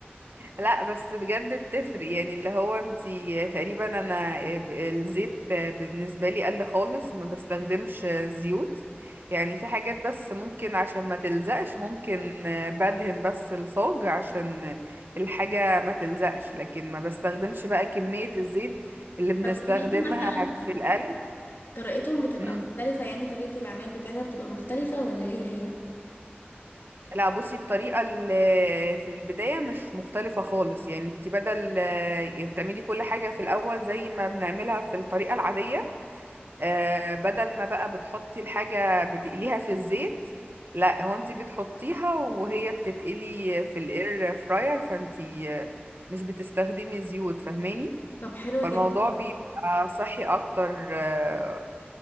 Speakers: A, on the right; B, on the left.
A: لا بس بجد بتفرق يعني اللي هو انتي تقريبا انا آه، ب- الزيت بالنسبة لي قل خالص ما بستخدمش زيوت يعني في حاجات بس ممكن عشان ما تلزقش ممكن آه، بدهن بس الصاج عشان الحاجة ما تلزقش لكن ما بستخدمش بقى كمية الزيت اللي بنستخدمها
B: طب قولي لي مثلا
A: في القلي
B: طريقتهم بتبقى
A: مم.
B: مختلفة يعني طريقة العمل بتاعتها بتبقى مختلفة ولا هي هي
A: لا بصي الطريقة اللي في البداية مش مختلفة خالص يعني انت بدل آه، بتعملي كل حاجة في الأول زي ما بنعملها في الطريقة العادية آه، بدل ما بقى بتحطي الحاجة بتقليها في الزيت لا هو انت بتحطيها وهي بتتقلي في الاير فراير فانت آه، مش بتستخدمي زيوت فاهماني
B: طب حلو جدا
A: فالموضوع بيبقى صحي اكتر آه،